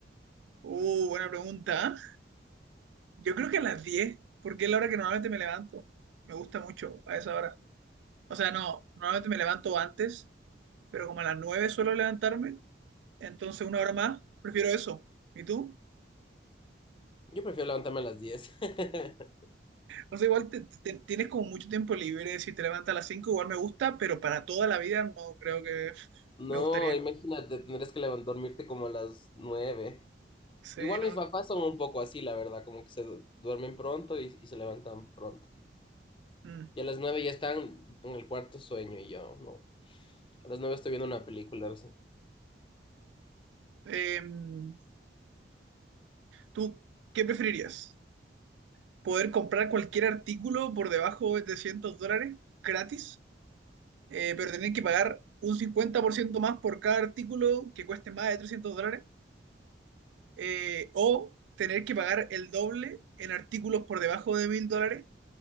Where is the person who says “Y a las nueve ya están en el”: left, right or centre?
Left